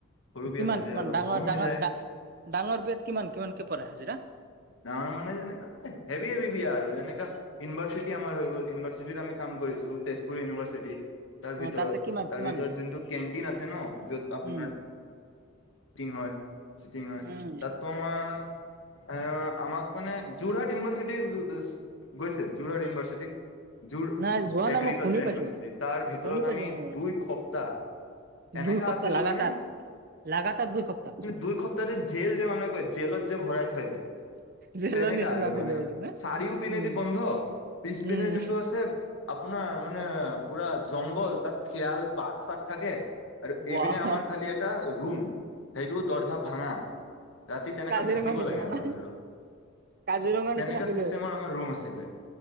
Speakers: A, on the left; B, on the right.
A: সৰু বিয়াত
B: কিমান
A: হাজিৰা
B: কিমান
A: অলপ
B: ডাঙৰ
A: কম
B: ডাঙৰা
A: হৈ যায়
B: ডাঙৰ বিয়াত কিমান কিমানক পৰে হাজিৰা।
A: ডাঙৰ মানে যেনে হেভি হেভি বিয়া আৰু যেনেকা ইউনিভাৰ্চিটি আমাৰ হৈ গ'ল ইউনিভাৰ্চিটিত আমি কাম। কৰিছো তেজপুৰ ইউনিভাৰ্চিটি তাৰ
B: অ',
A: ভিতৰত
B: তাতে কিমান
A: তাৰ
B: কিমান
A: ভিতৰত যোনটো কেণ্টিন আছে ন যত আপোনাৰ।
B: উম।
A: টিং হয় চিটিং হয়
B: উম,
A: তাত তো আমাক। এ আমাক মানে যোৰহাট ইউনিভাৰ্চিটি গৈছে যোৰহাট ইউনিভাৰ্চিটি। জোৰ
B: নাই যোৱা নাই
A: এগ্ৰিকালচাৰ
B: মই শুনি
A: ইউনিভাৰ্চিটি
B: পাইছো,
A: তাৰ ভিতৰত
B: শুনি পাইছো
A: আমি
B: মই
A: দুই সপ্তাহ। এনেকা
B: দুই সপ্তাহ
A: আছিলো
B: লাগাতাৰ।
A: মানে।
B: লাগাতাৰ দুই সপ্তাহ
A: দুই সপ্তাহ যে জেল যে মানহ কয় জেলত যে ভৰাই থৈ যে।
B: জেলৰ
A: তেনেকা
B: নিচিনা
A: আৰু
B: ফিল
A: মানে
B: হৈ আছিল না
A: চাৰিও পিনেদি
B: উম,
A: বন্ধ। পিছপিনে
B: উম।
A: যোনটো আছে আপোনাৰ মানে। পুৰা জংঘল তাত খেয়াল বাক চাক থাকে আৰু
B: বাহ
A: এইবিনে আমাৰ খালি এটা। ৰুম সেইটো দৰ্জা ভাঙা ৰাতি তেনেককা
B: কাজিৰঙাৰ
A: থাকিব
B: নিচিনা
A: লাগে আমাৰ
B: না
A: আৰু।
B: কাজিৰঙাৰ নিচিনা
A: তেনেকা
B: ফিল
A: চিষ্টেমৰ
B: হৈ আছিলে।
A: আমাৰ ৰুম আছিলে।